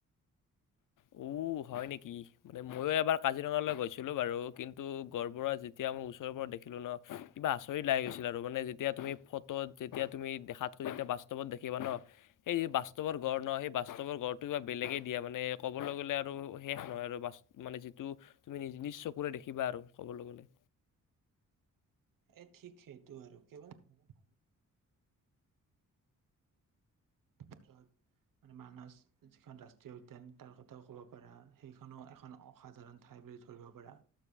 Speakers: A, on the left; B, on the right.
A: ও হয় নেকি মানে ময়ো এবাৰ কাজিৰঙালৈ গৈছিলোঁ বাৰু কিন্তু গড় বোৰযেতিয়া মোৰ ওচৰৰ পৰা দেখিলোঁ ন কিবা আচৰি লাগি গৈছিল আৰু মানে যেতিয়া তুমি ফটোত যেতিয়া তুমি দেখাতকৈ যেতিয়া বাস্তৱত দেখিবা ন সেই যি বাস্তৱৰ গড় ন সেই বাস্তৱৰ গড়টো কিবা বেলেগেই দিয়া মানে ক'বলৈ গ'লে আৰু শেষ নহয় আৰু মানে যিটো তুমি নি নিজ চকুৰে দেখিবা আৰু কবলৈ গলে
B: এ ঠিক সেইটো আৰু কেই ধক আহ ্ৰত মানে মানছ যিখন ৰাষ্ট্ৰীয় উদ্যান তাৰ কথাও ক'ব পাৰা সেইখনো এখন অসাধাৰণ ঠাই বুলি ধৰিব পাৰা